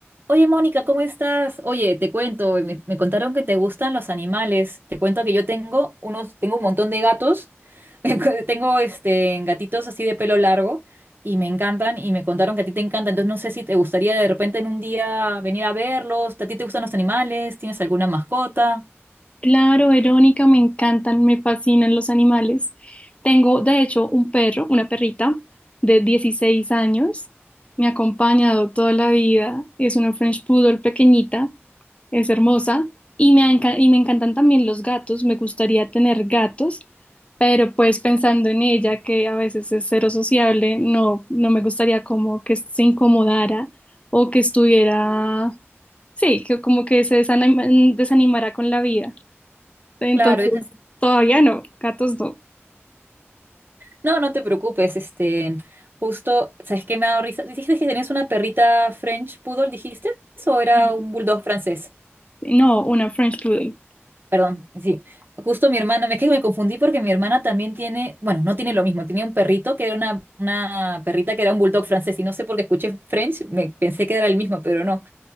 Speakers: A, on the right; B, on the left.
A: Oye, Mónica, ¿cómo estás? Oye, te cuento, me, me contaron que te gustan los animales. Te cuento que yo tengo unos, tengo un montón de gatos. <laughs> Tengo este gatitos así de pelo largo y me encantan y me contaron que a ti te encanta. Entonces no sé si te gustaría de repente en un día venir a verlos. ¿A ti te gustan los animales? ¿Tienes alguna mascota?
B: Claro, Verónica, me encantan, me fascinan los animales. Tengo, de hecho, un perro, una perrita de 16 años. Me ha acompañado toda la vida. Es una French Poodle pequeñita, es hermosa. Y me, enca- y me encantan también los gatos. Me gustaría tener gatos, pero pues pensando en ella, que a veces es cero sociable, no, no me gustaría como que se incomodara o que estuviera, sí, que como que se desanima- desanimara con la vida. Entonces,
A: Claro, yo te-
B: todavía no, gatos no.
A: No, no te preocupes, este, justo, ¿sabes qué me ha dado risa? ¿Dijiste que tenías una perrita French Poodle, dijiste? ¿O era
B: Y-
A: un bulldog francés?
B: No, una French Poodle.
A: Perdón, sí. Justo mi hermana, es que me confundí porque mi hermana también tiene, bueno, no tiene lo mismo, tenía un perrito que era una, una perrita que era un bulldog francés y no sé por qué escuché French, me pensé que era el mismo, pero no.